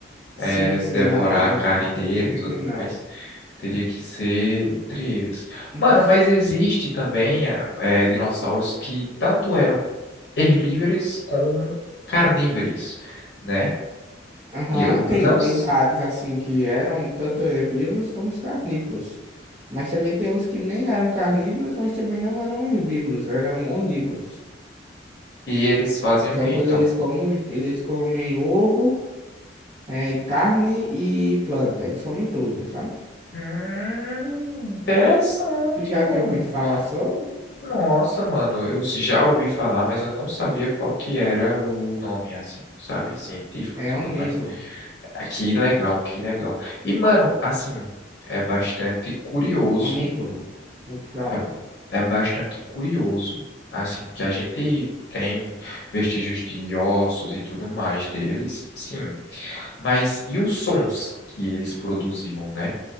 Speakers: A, on the right; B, on the left.
A: Sim,
B: É,
A: sim,
B: devorar
A: não, eu-
B: a carne
A: infelizmente
B: dele e tudo
A: não.
B: mais. Teria que ser entre eles.
A: Um
B: Mano,
A: bicho.
B: mas existe também é, é, dinossauros que tanto eram herbívoros como carnívoros, né?
A: Aham,
B: E eu não.
A: tem, tem
B: s-
A: vários assim que eram tanto herbívoros como os carnívoros. Mas também tem uns que nem eram carnívoros, mas também não eram herbívoros, eram onívoros.
B: E eles fazem
A: Só
B: o quê,
A: quando
B: então?
A: eles comem, eles comem ovo, é, e carne e planta. Eles comem tudo, sabe?
B: Hum, interessante,
A: Tu já
B: mano.
A: tinha ouvido falar sobre?
B: Nossa, mano, eu já ouvi falar, mas eu não sabia qual que era o nome, assim, sabe? Científico
A: É
B: e tudo
A: onívoro.
B: mais. Ah, Que legal, que legal. E, mano, assim, é bastante curioso
A: Onívoro. Muito da
B: é,
A: hora.
B: é bastante curioso, assim, que a gente tem vestígios de ossos e tudo mais deles, sim, mas e os sons que eles produziam, né?